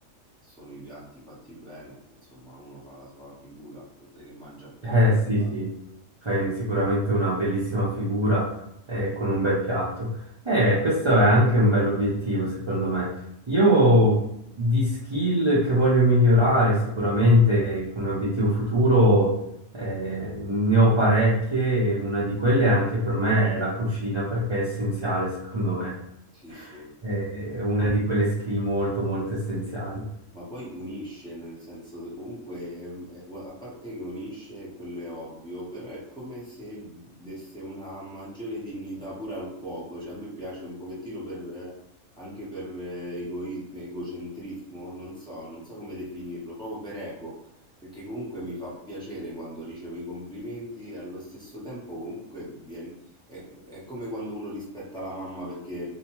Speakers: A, in the centre; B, on the right (about 40°).
A: sono i piatti fatti bene, insomma, uno fa la sua figura, oltre che mangia bene
B: Eh sì,
A: dall'altro.
B: sì, fai sicuramente una bellissima figura eh, con un bel piatto. Eh, questo è anche un bell'obiettivo, secondo me. Io di skill che voglio migliorare sicuramente eh, come obiettivo futuro eh, ne ho parecchie, e una di quelle anche per me è la cucina perché è essenziale, secondo me.
A: Sì, sì.
B: Eh, È una di quelle skill molto, molto essenziali.
A: Ma poi unisce, nel senso, che comunque, ehm, eh, a parte che unisce, quello è ovvio, però è come se desse una maggiore dignità pure al cuoco, cioè a me piace un pochettino per, eh, anche per eh, egoi- egocentrismo, non so, non so come definirlo, proprio per ego, perché comunque mi fa piacere quando ricevo i complimenti e allo stesso tempo comunque vieni, è, è come quando uno rispetta la mamma perché